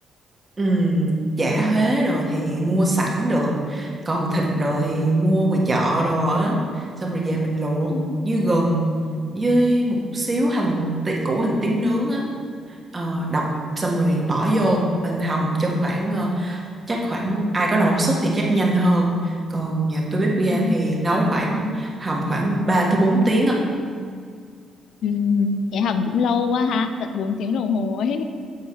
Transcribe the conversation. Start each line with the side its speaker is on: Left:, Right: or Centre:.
Right: Ừm, chả thuế rồi thì mua sẵn được còn thịt rồi thì mua ngoài chợ rồi á xong rồi về mình luộc
Left: ừ.
Right: với gừng với một xíu hành tí, củ hành tím nướng á ờ, đập xong rồi bỏ vô mình hầm trong khoảng ờ, chắc khoảng ai có nồi áp suất thì chắc nhanh hơn còn nhà tôi bếp ga
Left: ờ
Right: thì nấu khoảng hầm khoảng 3 tới 4 tiếng á
Left: Ừ, vậy hầm cũng lâu quá ha, tận 4 tiếng đồng hồ ấy.